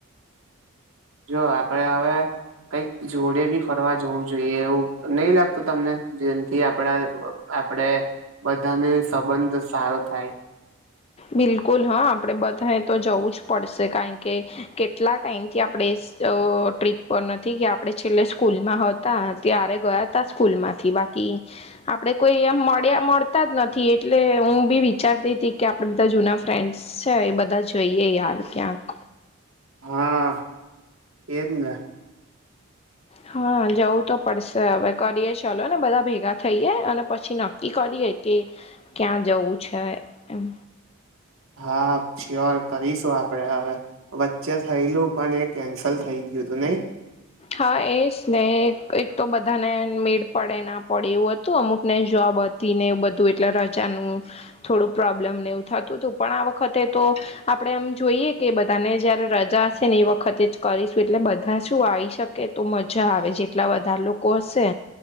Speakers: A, on the right; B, on the left.
A: જો આપડે હવે. કઈક જોડે બી ફરવા જોવું જોઈએ એવું નઈ લાગતું તમને જેમથી આપડા. આપડે બધાને સંબંધ સારો થાય.
B: બિલકુલ હા આપડે બધા તો જવું જ પડશે કારણ કે કેટલાક. ટાઈમથી આપણે. ટ્રીપ પર નથી કે આપણે છેલ્લે સ્કૂલમાં હતા ત્યારે ગયા હતા સ્કૂલમાંથી બાકી. આપડે કોઈ એમ મળ્યા મળતા જ નથી એટલે હું બી વિચારતી હતી કે. આપ બધા જૂના ફ્રેન્ડ્સ છે એ બધા જોઈએ યાર ક્યાંક.
A: હા એજ ને.
B: હ <unintelligible> હા જવું તો પડશે હવે કરીએ ચલો ને બધા ભેગા થઈએે અને પછી નક્કી કરીએે. કે ક્યાં જવું છે એમ.
A: હા શ્યોર કરીશું આપડે હવે વચ્ચે થયલું પણ એ કેન્સલ થઈ ગયું. ગું તોું નહી.
B: હા એ જ ને એક તો બધાને મેળ પડે ના પડે એવું હતું અમુક ને જવાબ. ને એવું બધું એટલે રજાનું થોડું પ્રોબ્લેમ ને એવું થતું હતું પણ આ વખતે તો. આપણે એમ જોઈએ કે બધાને જય્યારે રજા હશે ને એ વખતે જ કરીશું એટલે બધા શું આવીશ. શકે તો મજા આવે જેટલા વધારે લોકો હશે.